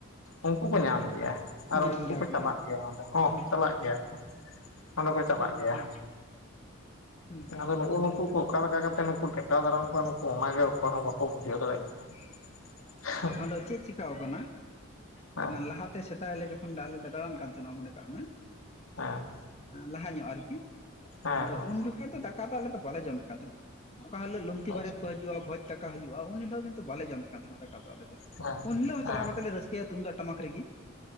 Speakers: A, on the left; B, on the left.
A: ᱩᱱᱠᱩ ᱠᱚ ᱧᱟᱢ ᱜᱮᱭᱟ ᱟᱨ
B: ᱧᱟᱢ
A: ᱩᱱᱠᱩ
B: ᱜᱮᱭᱟ
A: ᱠᱚ ᱪᱟᱞᱟᱜ
B: ᱦᱮᱸ
A: ᱜᱮᱭᱟ ᱚᱸᱰᱮ ᱦᱚᱸ,
B: ᱦᱩᱸ
A: ᱪᱟᱞᱟᱜ ᱜᱮᱭᱟ ᱠᱚ᱾ ᱚᱸᱰᱮ ᱠᱚ ᱪᱟᱞᱟᱜ
B: ᱦᱩᱸ
A: ᱜᱮᱭᱟ᱾
B: ᱦᱩᱸ ᱦᱩᱸ ᱦᱩᱸ
A: ᱟᱫᱚ ᱱᱩᱜᱩ ᱱᱩᱠᱩ ᱠᱚ ᱚᱠᱟ ᱞᱮᱠᱟ ᱠᱟᱛᱮ ᱱᱩᱠᱩ ᱴᱮᱠᱟᱣ ᱫᱟᱨᱟᱢ ᱠᱚᱣᱟ᱾ᱱᱩᱠᱩ ᱚᱱᱟ ᱜᱮ ᱚᱠᱟᱭ ᱦᱚᱸ ᱵᱟᱠᱚ ᱵᱩᱡᱷᱟᱹᱣ ᱫᱟᱲᱮᱜ
B: <inaudible>
A: <unintelligible>
B: ᱟᱫᱚ ᱪᱮᱫ ᱪᱤᱠᱟᱹᱣ ᱠᱟᱱᱟ᱾
A: ᱦᱮᱸ
B: ᱞᱟᱦᱟ ᱛᱮ ᱥᱮᱫᱟᱭ ᱟᱞᱮ ᱡᱚᱠᱷᱚᱱ ᱟᱞᱮ ᱞᱮ ᱫᱟᱲᱟᱱ ᱠᱟᱱ ᱛᱟᱦᱮᱱᱟ ᱢᱚᱱᱮ ᱠᱟᱜ ᱢᱮ᱾
A: ᱦᱮᱸ᱾
B: ᱞᱟᱦᱟ ᱧᱚᱜ ᱟᱨᱠᱤ
A: ᱦᱮᱸ
B: ᱟᱫᱚ
A: ᱦᱮᱸ
B: ᱩᱱ ᱡᱚᱠᱚᱱ ᱫᱚ ᱫᱟᱠᱟ ᱫᱚ ᱟᱞᱮ ᱫᱚ ᱵᱟᱞᱮ ᱡᱚᱢᱮᱫ ᱠᱟᱱ ᱛᱟᱦᱮᱱᱟ᱾ ᱚᱠᱟ ᱦᱤᱞᱳᱜ ᱞᱩᱝᱛᱤ
A: ᱟᱪᱪᱷᱟ
B: ᱵᱟᱨᱭᱮᱛ ᱠᱚ ᱦᱤᱡᱩᱜ-ᱟ᱾ ᱵᱷᱚᱡᱽ ᱫᱟᱠᱟ ᱦᱩᱭᱩᱜ-ᱟ ᱩᱱ ᱦᱤᱞᱳᱜ ᱠᱤᱱᱛᱩ ᱵᱟᱞᱮ ᱡᱚᱢᱮᱫ ᱠᱟᱱ ᱛᱟᱦᱮᱱᱟ ᱫᱟᱠᱟ ᱫᱚ ᱟᱞᱮ᱾
A: ᱦᱮᱸ
B: ᱩᱱ ᱦᱤᱞᱳᱜ ᱦᱚᱸ
A: ᱦᱮᱸ
B: ᱪᱟᱞᱟᱣ ᱠᱟᱛᱮ ᱞᱮ ᱨᱟᱹᱥᱠᱟᱹᱭ-ᱟ ᱛᱩᱢᱫᱟᱜ ᱴᱟᱢᱟᱠ ᱨᱮᱜᱮ